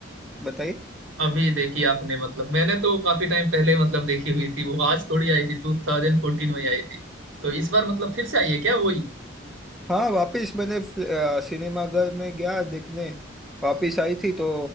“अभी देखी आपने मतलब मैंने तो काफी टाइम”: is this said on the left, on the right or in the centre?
Right